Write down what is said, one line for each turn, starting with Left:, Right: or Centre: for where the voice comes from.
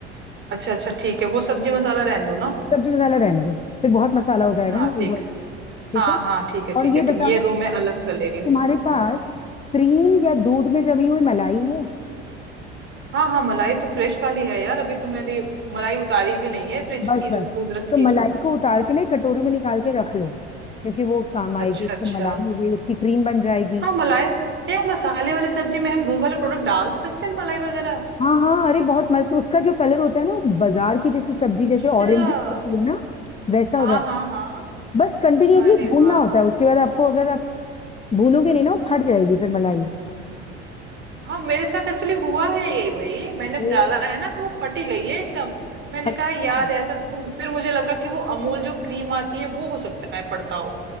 Right: अच्छा अच्छा ठीक है वो सब्जी मसाला रहने दूँ ना
Left: सब्जी मसाला रहने दो फिर बहुत मसाला हो जाएगा
Right: हाँ
Left: ना ओवर
Right: ठीक है,
Left: ठीक
Right: हाँ
Left: है
Right: हाँ ठीक है ठीक
Left: और ये
Right: है ठीक
Left: बताओ
Right: ये दो मैं अलग कर ले रही हूँ
Left: तुम्हारे पास
Right: हम्म।
Left: क्रीम या दूध में जमी हुई मलाई है
Right: हाँ हाँ मलाई तो फ्रेश वाली है यार अभी तो मैंने मलाई उतारी भी नहीं है फ्रिज
Left: बस
Right: की जो
Left: बस
Right: दूध रखी
Left: तो
Right: है
Left: मलाई
Right: जो
Left: को उतार के ना एक कटोरी में निकाल के रख लो क्योंकि वो काम आएगी
Right: अच्छा
Left: एक
Right: अच्छा
Left: तो मलाई हो गई उसकी क्रीम बन जाएगी
Right: हाँ मलाई ये मसाले वाली सब्जी में हम दूध वाले प्रोडक्ट डाल सकते हैं मलाई वगैरह
Left: हाँ हाँ अरे बहुत मस्त उसका जो कलर होता है ना वो बाजार की जैसे सब्जी जैसे
Right: अच्छा
Left: ऑरेंज होती है ना वैसा
Right: हाँ
Left: हो जाता
Right: हाँ
Left: है
Right: हाँ
Left: बस कंटिन्यूअसली
Right: अरे
Left: भूनना
Right: वाह
Left: होता है उसके बाद आपको अगर आप भूनोगे नहीं ना वो फट जाएगी फिर मलाई
Right: हाँ मेरे साथ एक्चुअली हुआ है यही भाई मैंने
Left: ओ
Right: डाला है ना तो वो फटी गई है एकदम मैंने
Left: अच्छा
Right: कहा यार ऐसा तो तुम फिर मुझे लगा कि वो अमूल जो क्रीम आती है वो हो सकता है पड़ता हो